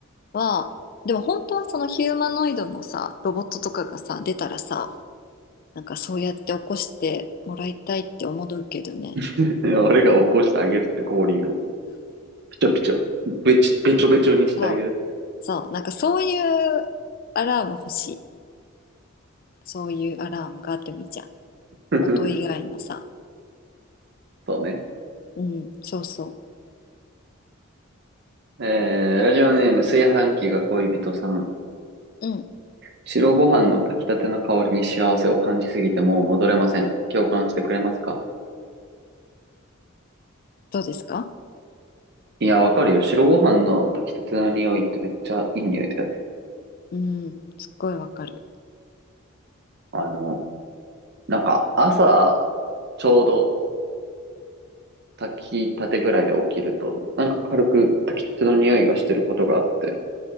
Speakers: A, on the left (about 45°); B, on the right (about 50°).
A: は、でも本当はそのヒューマノイドのさ、ロボットとかがさ、出たらさ、なんかそうやって起こしてもらいたいって思うけどね。
B: う。<laughs> 俺が起こしてあげるって氷を。ピチョピチョ。べち、べちょべちょにしてあげる。
A: そう、そう、なんかそういうアラーム欲しい。そういうアラームがあってもいいじゃん。
B: <laughs>
A: 音以外のさ。
B: そうね。
A: うん、そうそ
B: えー、ラジオネーム、炊飯器が恋人さん。
A: う。うん、
B: 白ご飯の炊きたての香りに幸せを感じすぎてもう戻れません。共感してくれますか
A: どうですか
B: いや、わかるよ。白ご飯の炊きたての匂いってめっちゃいい匂いだよね。
A: うん、すっごいわかる。
B: あの、なんか朝、ちょうど炊きたてぐらいで起きると、なんか軽く炊きたての匂いがしてることがあって、